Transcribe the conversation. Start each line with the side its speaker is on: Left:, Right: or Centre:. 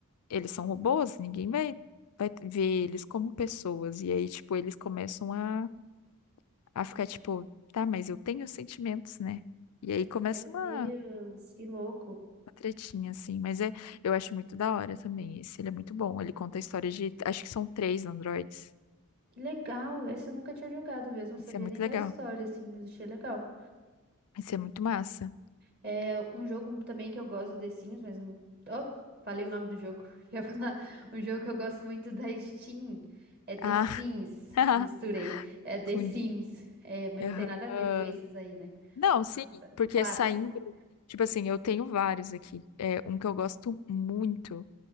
Left: eles são robôs, ninguém vai vai ver eles como pessoas e aí tipo eles começam a a ficar tipo, tá, mas eu tenho sentimentos, né? E aí começa
Right: Meu Deus,
Left: uma, uma
Right: que louco.
Left: tretinha, assim. Mas é, eu acho muito da hora também. Esse, ele é muito bom. Ele conta a história de, acho que são três androides.
Right: Que legal, esse eu nunca tinha jogado mesmo, não sabia
Left: Isso é muito
Right: nem da
Left: legal.
Right: história, assim, mas achei legal.
Left: Isso é muito massa.
Right: É um jogo também que eu gosto do The Sims, mas não. Oh, falei o nome do jogo. <laughs> Ia falar. Um jogo que eu gosto muito da Steam. É The
Left: Ah,
Right: Sims.
Left: <laughs>
Right: Misturei. É
Left: confundi.
Right: The Sims. É, mas
Left: Aham.
Right: não tem nada a ver com esses aí, né?
Left: Não,
Right: Mas,
Left: sim,
Right: Nossa,
Left: porque
Right: clássico.
Left: saindo, tipo assim, eu tenho vários aqui. É, um que eu gosto muito